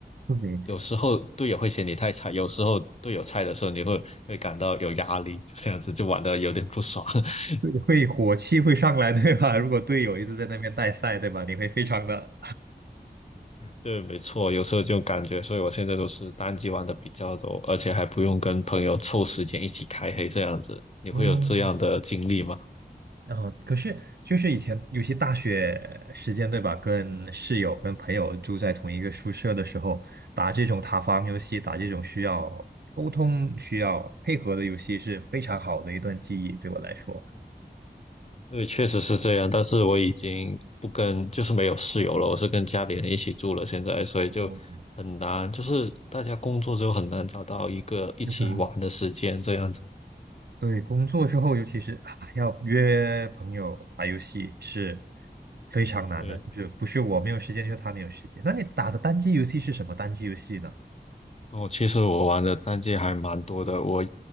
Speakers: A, on the right; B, on the left.
A: 对，
B: 有时候队友会嫌你太菜，有时候队友菜的时候，你会会感到有压力，就这样子就玩的有点不爽。<laughs>
A: 会会火气会上来，对吧？<laughs> 如果队友一直在那边带赛，对吧？你会非常的，
B: 对，没错，有时候就感觉，所以我现在都是单机玩的比较多，而且还不用跟朋友凑时间一起开黑这样子。你会有这样的经历吗？
A: 嗯。然后，可是就是以前有些大学时间，对吧？跟室友、跟朋友住在同一个宿舍的时候，打这种塔防游戏，打这种需要沟通、需要配合的游戏，是非常好的一段记忆，对我来说。
B: 对，确实是这样，但是我已经不跟，就是没有室友了，我是跟家里人一起住了现在，所以就很难，
A: 嗯
B: 就是大家工作之后很难找到一个一起玩的时间这样子。
A: 是的，对，工作之后，尤其是啊要约朋友打游戏是非常难的，
B: 对，
A: 就是不是我没有时间，就是他没有时间。那你打的单机游戏是什么单机游戏呢？
B: 哦，其实我玩的单机还蛮多的，我